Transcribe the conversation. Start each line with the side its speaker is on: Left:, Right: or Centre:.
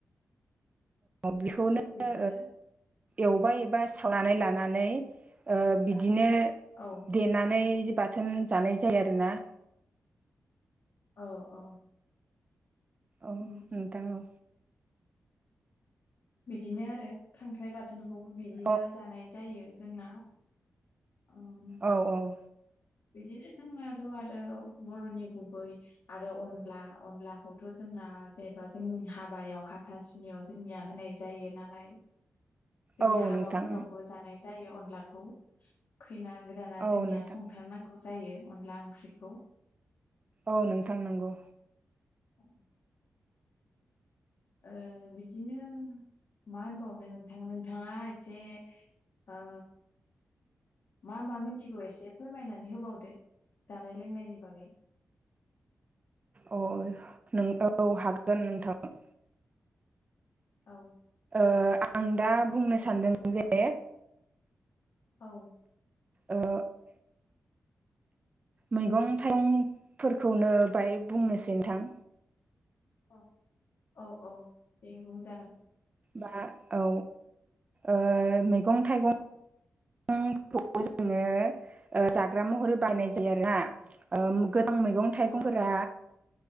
Right: बेखौनो
Left: बिदिनो
Right: एवबाय
Left: औ
Right: एबा सावनानै लानानै नानै ओ बिदिनो
Left: औ
Right: देनानै बाथोन जानाय जायो आरोना
Left: औ औ
Right: औ
Left: बिदि
Right: नोंथां औ
Left: बिदिनो आरो खांख्राइ बाथोनखौबो बिदिनो
Right: औ
Left: जानाय जायो जोंना ओम,
Right: औ औ
Left: बिदिनो जोंनाथ' आरो बर'नि गुबै आरो अनला अनलाखौथ' जों जों जेनेबा जोंनि हाबायाव हाथासुनियाव जोंनिया होनाय जायो नालाय जोंनि
Right: औ
Left: हाबाफोरावबो
Right: नोंथां
Left: जानाय जायो अनलाखौ खैना गोदाना
Right: औ
Left: जोंनिया
Right: नोंथां
Left: संथारनांगौ जायो अनला ओंख्रिखौ
Right: औ नोंथां नोंगौ
Left: अ ओ बिदिनो मा होनबावनो नोंथां नोंथाङा एसे ओ मा मा मिथिगौ एसे फोरमायनानै होबावदो ।जानाय लोंनायनि बागै <inaudible>
Right: अ नों औ हागोन नोंथां
Left: औ
Right: ओ आं दा बुंनो सानदों जे
Left: औ
Right: ओ मैगं थाइगंफोरखौनो बाहाय बुंनोसै नोंथां
Left: औ औ औ दे बुंजागोन।
Right: बा औ ओ मैगं थाइगं मैगं थाइगंखौबो जोंङो ओ जाग्रा महरै बायनाय जायो आरोना ओ गो थां मैगं थाइगंफोरा
Left: औ